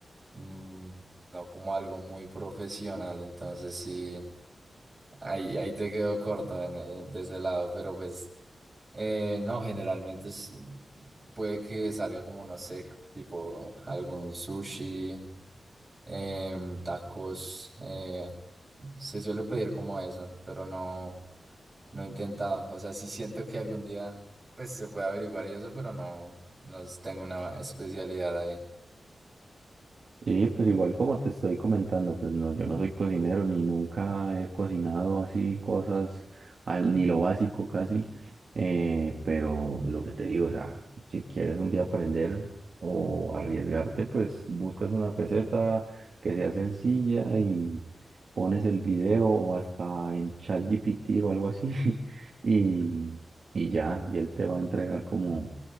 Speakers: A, on the right; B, on the right.
A: mm, no como algo muy profesional. Entonces, sí, ahí, ahí te quedo corto en- en- de ese lado. Pero pues, eh, no, generalmente es- puede que salga como, no sé, tipo algún sushi em, tacos. eh, se suele pedir como eso, pero no, no he intentado. O sea, sí siento que algún día pues se puede averiguar y eso, pero no, no tengo una especialidad ahí.
B: Sí, pues igual como te estoy comentando, pues no, yo no soy cocinero ni nunca he cocinado así cosas, al, ni lo básico casi, eh, pero lo que te digo, o sea, si quieres un día aprender o arriesgarte, pues buscas una receta que sea sencilla y pones el video o hasta en ChatGPT o algo así <laughs> y, y ya, y él te va a entregar como